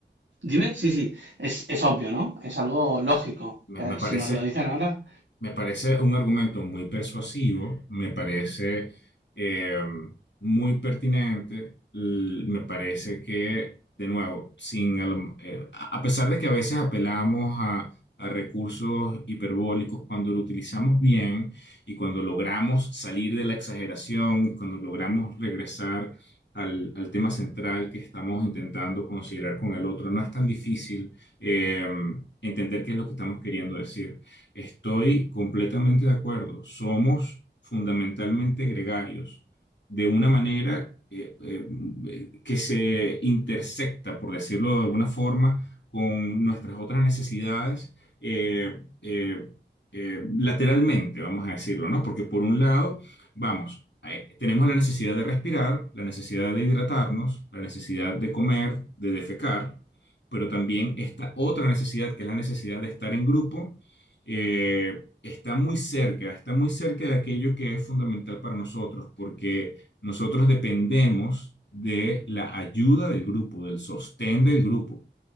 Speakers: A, on the right (about 85°); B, on the left (about 70°).
A: Dime, sí, sí, es, es obvio, ¿no? Es algo lógico.
B: Me,
A: Eh,
B: me parece
A: Si nos lo dicen ahora,
B: Me parece un argumento muy persuasivo, me parece eh, muy pertinente, l- me parece que, de nuevo, sin, a, lo- eh, a- a pesar de que a veces apelamos a, a recursos hiperbólicos, cuando lo utilizamos bien y cuando logramos salir de la exageración, cuando logramos regresar al, al tema central que estamos intentando considerar con el otro, no es tan difícil eh, entender qué es lo que estamos queriendo decir. Estoy completamente de acuerdo. Somos fundamentalmente gregarios, de una manera eh, eh, que se intersecta, por decirlo de alguna forma, con nuestras otras necesidades eh, eh, eh, lateralmente, vamos a decirlo, ¿no? Porque por un lado, vamos, eh, tenemos la necesidad de respirar, la necesidad de hidratarnos, la necesidad de comer, de defecar, pero también esta otra necesidad, que es la necesidad de estar en grupo eh, está muy cerca, está muy cerca de aquello que es fundamental para nosotros, porque nosotros dependemos de la ayuda del grupo, del sostén del grupo.